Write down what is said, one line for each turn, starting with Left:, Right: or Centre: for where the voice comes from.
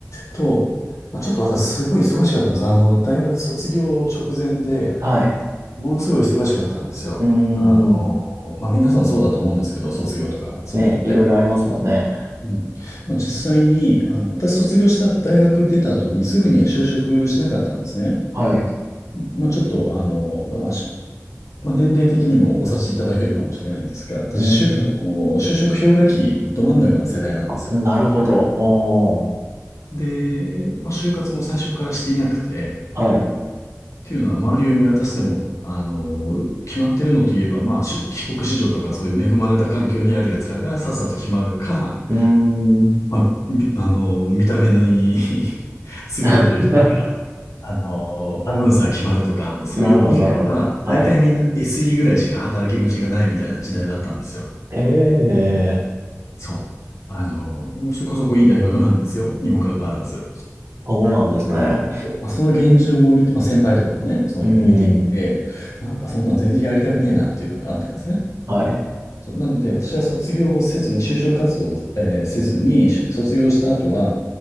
Left: と、まあ、ちょっと私すごい忙しかったんです。あの、大学卒業直前で、
Right: はい。
Left: ものすごい忙しかったんですよ。
Right: うー
Left: あの、
Right: ん。
Left: まあ皆さんそうだと思うんですけど、卒業とかそういうのって。
Right: ね、いろいろありますもんね。
Left: うん、まあ実際に、あの、私卒業した大学出た後にすぐには就職しなかったんですね。
Right: はい。
Left: まあちょっと、あの、まあ、しまあ年齢的にもお察しいただけるかもしれないんですが、私、
Right: うん、
Left: しゅ、あの、就職氷河期ど真ん中の世代なんですよ。
Right: うんなるほど。おー。
Left: で、まあ就活も最初からしていなくて、
Right: はい。
Left: というのは周りを見渡しても、あの、決まってるのといえば、まあ、し帰国子女とかそういう恵まれた環境にある奴らがさっさと決まるか、
Right: うーん。
Left: まあ、みあの、見た目のいい <laughs> 優れてる人が、
Right: <laughs>
Left: あの、アナウンサー決まるとか、そういうの以外は、
Right: なるほど、なるほど。はい。
Left: 大体みんな SE ぐらいしか働き口がないみたいな時代だったんですよ。
Right: へえ、
Left: そう。あの、そこそこいい大学なんですよ、にもかかわらず。
Right: そうなんですね。
Left: でまあ、その現状を見て、まあ、先輩とかもね、そういうの見ていて、
Right: うーん。
Left: なんかそんなん全然やりたくねえなっていうのがあったんですね。
Right: はい。
Left: そう、なので、私は卒業をせずに、就職活動を、えーせずに、し卒業した後は、